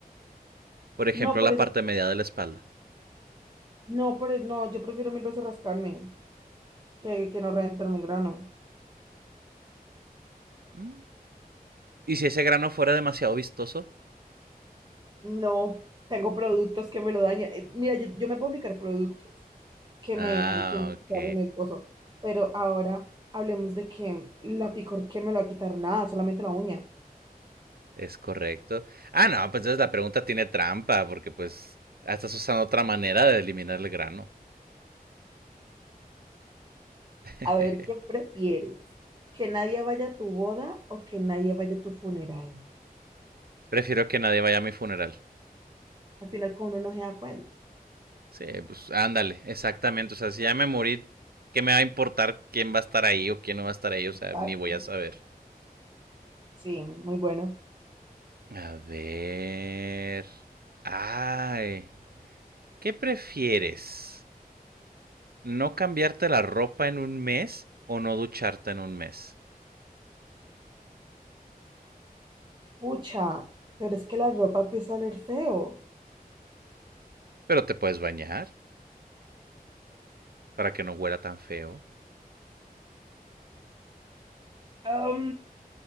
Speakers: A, on the right (about 75°); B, on the right (about 30°).
A: Por ejemplo,
B: No por
A: la
B: eso,
A: parte media de la espalda.
B: no por eso, no, yo prefiero mil veces rascarme que, que no reventarme un grano.
A: Mm. ¿Y si ese grano fuera demasiado vistoso?
B: No, tengo productos que me lo dañan. Eh, Mira, yo, yo me puedo aplicar productos. que
A: Ah,
B: me, que me quitara
A: ok.
B: en el coso, Pero ahora hablemos de que la picor que me lo va a quitar nada, solamente la uña.
A: Es correcto. Ah, no, pues entonces la pregunta tiene trampa, porque pues ah, estás usando otra manera de eliminar el grano. <laughs>
B: A ver, ¿qué prefieres? ¿Que nadie vaya a tu boda o que nadie vaya a tu funeral?
A: Prefiero que nadie vaya a mi funeral.
B: Al final, como uno no se da cuenta.
A: Sí, pues ándale, exactamente. O sea, si ya me morí, ¿qué me va a importar quién va a estar ahí o quién no va a estar ahí? O
B: Exacto.
A: sea, ni voy a saber.
B: Sí, muy bueno.
A: A ver. Ay, ¿qué prefieres? ¿No cambiarte la ropa en un mes o no ducharte en un mes?
B: Pucha, pero es que la ropa empieza a oler feo.
A: Pero te puedes bañar para que no huela tan feo.
B: Am,